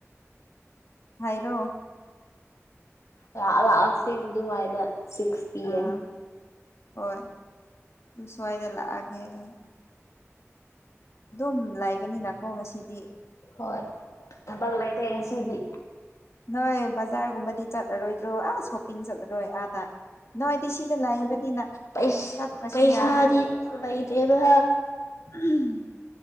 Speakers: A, on the left; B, on the left.
A: ꯍꯥꯏꯔꯣ
B: ꯂ ꯂꯥꯁ ꯁꯤ ꯑꯗꯨ ꯍꯥꯏꯥꯏꯗ ꯁꯤꯛꯁ ꯄꯤ
A: ꯑꯥ
B: ꯑꯦꯝ
A: ꯍꯣꯏ ꯑꯗꯨ ꯁ꯭ꯋꯥꯏꯗ ꯂꯥꯛꯑꯒꯦ ꯑꯩ ꯑꯗꯨꯝ ꯂꯩꯒꯅꯤꯅꯀꯣ ꯉꯁꯤꯗꯤ
B: ꯍꯣꯏ ꯊꯕꯛ ꯂꯩꯇꯦ ꯉꯁꯤꯗꯤ
A: ꯅꯣꯏ ꯕꯖꯥꯔꯒꯨꯝꯕꯗꯤ ꯆꯠꯂꯔꯣꯏꯗ꯭ꯔꯣ ꯑꯥ ꯁꯣꯞꯄꯤꯡ ꯆꯠꯂꯔꯣꯏ ꯑꯥꯗ ꯅꯣꯏꯗꯤ ꯁꯤꯗ ꯂꯩꯕꯅꯤꯅ
B: ꯄꯩꯁ
A: ꯆꯠꯇ꯭ꯔꯁꯨ
B: ꯄꯩꯁꯥꯗꯤ
A: ꯌꯥꯔꯦꯗ
B: ꯂꯩꯇꯦꯗꯥ
A: <unintelligible>